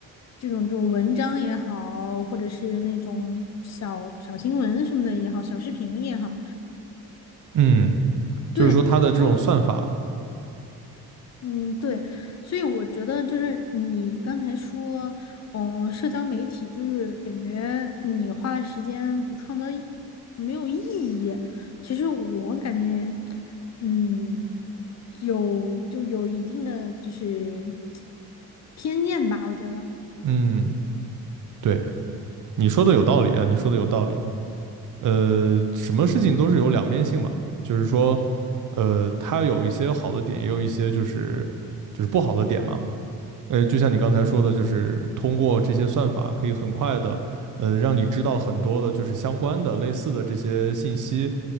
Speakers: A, on the left; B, on the right.
A: 这种这种文章也好，或者是那种小小新闻什么的也好，小视频也好，
B: 嗯，就是说它的这种算法，
A: 对。然后。嗯，对，所以我觉得就是你刚才说，嗯，社交媒体就是感觉你花了时间不创造意，没有意义。其实我感觉，嗯，有就有一定的就是偏见吧，我觉得。
B: 嗯，对，你说的有道理啊，你说的有道理，呃，什么事情都是有两面性嘛，就是说，呃，它有一些好的点，也有一些就是就是不好的点嘛，呃，就像你刚才说的，就是通过这些算法，可以很快的，呃，让你知道很多的，就是相关的、类似的这些信息，